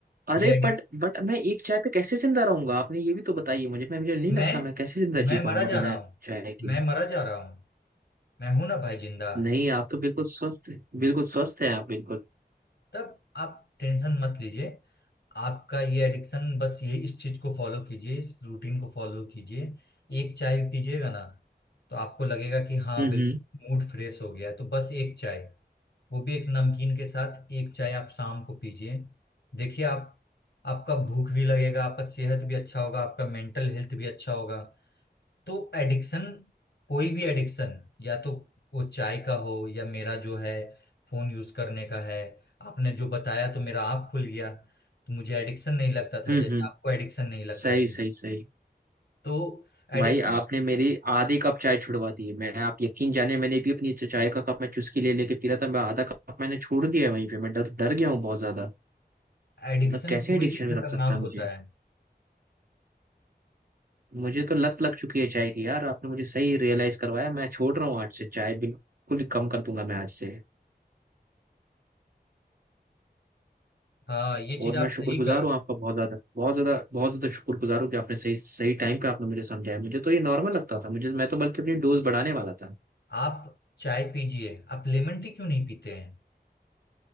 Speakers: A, on the right (about 55°); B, on the left (about 80°).
A: अरे
B: ये एडिक्स
A: बट बट मैं एक चाय पे कैसे जिंदा रहूंगा आपने ये भी तो बताइए मुझे मैं मुझे नहीं लगता
B: मैं
A: मैं कैसे जिंदा
B: मैं
A: जी
B: मरा
A: पाऊंगा
B: जा
A: बिना
B: रहा हूँ
A: चाय के
B: मैं मरा जा रहा हूँ मैं हूं ना भाई जिंदा
A: नहीं आप तो बिल्कुल स्वस्थ है बिल्कुल स्वस्थ है आप बिल्कुल
B: तब आप टेंशन मत लीजिए आपका ये एडिक्शन बस ये इस चीज को फॉलो कीजिए इस रूटीन को फॉलो कीजिए एक चाय पीजिएगा ना तो आपको लगेगा कि हाँ
A: हम्म
B: बिल्कुल
A: हम्म
B: मूड फ्रेश हो गया है तो बस एक चाय वो भी एक नमकीन के साथ एक चाय आप शाम को पीजिए देखिए आप आपका भूख भी लगेगा आपका सेहत भी अच्छा होगा आपका मेंटल हेल्थ भी अच्छा होगा तो एडिक्शन कोई भी एडिक्शन या तो वो चाय का हो या मेरा जो है फोन यूज करने का है आपने जो बताया तो मेरा आँख खुल गया तो मुझे एडिक्शन नहीं लगता था
A: हम्म
B: जैसे
A: हम्म,
B: आपको एडिक्शन नहीं लगता
A: सही
B: ये
A: सही सही
B: तो एडिक्शन
A: भाई आपने मेरी आधे कप चाय छुड़वा दी है मैं आप यकीन जाने मैंने भी अपनी चाय का कप मैं चुस्की ले लेके पी रहा था मैं आधा कप मैंने छोड़ दिया है वहीं पे मैं डर डर गया हूँ बहुत ज्यादा
B: एडिक्शन
A: मतलब कैसे
B: कोई
A: एडिक्शन
B: भी
A: में
B: खतरनाक
A: रख सकता है मुझे
B: होता है
A: मुझे तो लत लग चुकी है चाय की यार आपने मुझे सही रियलाइज करवाया मैं छोड़ रहा हूँ आज से चाय बिल्कुल ही कम कर दूंगा मैं आज से
B: हाँ ये चीज
A: और
B: आप
A: मैं शुक्रगुजार
B: सही कर
A: हूँ आपका बहुत ज्यादा बहुत ज्यादा बहुत ज्यादा शुक्रगुजार हूँ कि आपने सही सही टाइम पे आपने मुझे समझाया मुझे तो ये नॉर्मल लगता था मुझे मैं तो बल्कि अपनी डोज बढ़ाने वाला था
B: आप चाय पीजिए आप लेमन टी क्यों नहीं पीते हैं